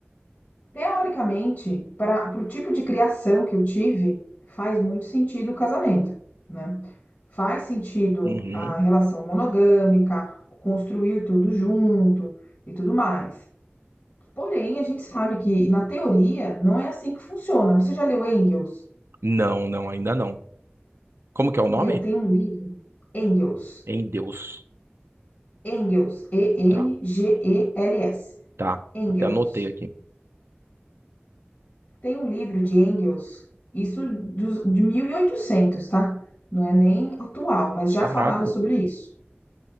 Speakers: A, on the left; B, on the right.
A: Teoricamente, para o tipo de criação que eu tive, faz muito sentido o casamento, né? Faz sentido
B: Uhum.
A: a relação monogâmica, construir tudo junto e tudo mais. Porém, a gente sabe que na teoria não é assim que funciona. Você já leu Engels?
B: Não, não, ainda não. Como que é o nome?
A: Meu, tem um livro, Engels,
B: Em Deus.
A: Engels, E-N-G-E-L-S.
B: Tá, tá.
A: Engels.
B: Até anotei aqui.
A: Tem um livro de Engels, isso dos- de 1800, tá? Não é nem atual, mas já
B: Caraca.
A: falava sobre isso.